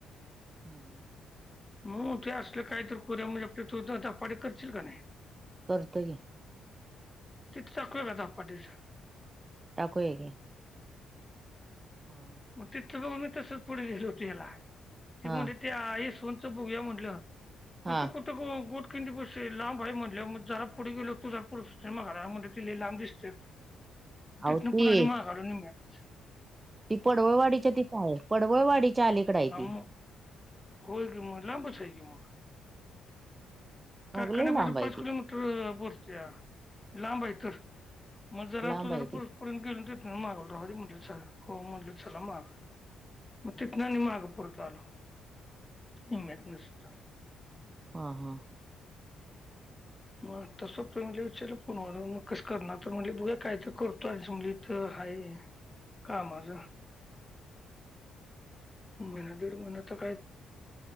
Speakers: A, on the right; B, on the left.
A: हम् हम्
B: मू ते असले काहीतरी को म्हणजे आपल्या चौ पाडी करशील का नाही
A: करतो घे
B: ति चकले घ <unintelligible> दा पाटेचा
A: टाकू आहे <unintelligible> काे हा
B: मग तिथलं बघ मी तसच पुढेल होत याला की
A: हा
B: त्या यशांचा बघूया म्हटलं
A: हा
B: मग तू कुठ गोट किंती पाशी लांब आहे म्हटलंग जरा पुढे गेल्यावर तूझ पुर <unintelligible> म घरा म्ह ते लई लांब दिसते तिथंन
A: अवती
B: पुन्हा महागाडून्यात
A: ती पडवळवाडीच्या तिथं आहे पडवळवाडीच्या अलीकड आहे
B: हा
A: ती
B: मग होय गे मग लांबचचय आहे की मग कारखानपूर
A: मग लय लांब आहे
B: पाच किोमीटर
A: ती
B: बोलत्या, लांब आहे तर मग जरा
A: लांब
B: तू जरा
A: आहे ती
B: परंत घेऊन गेलो मागा राह म्हटलंला हो म्हटलं चला माग मग
A: ह
B: तितनं आणि मागं परत आलो नि्त <unintelligible> सुद्ध
A: हा हा
B: मग तसं प म्हला विचारलं पुन मग कसं करणार तर म्हणले बघा काय तर करतो आणि म्हटली तर आहेा का माझ, महिना दीड महिना तर काय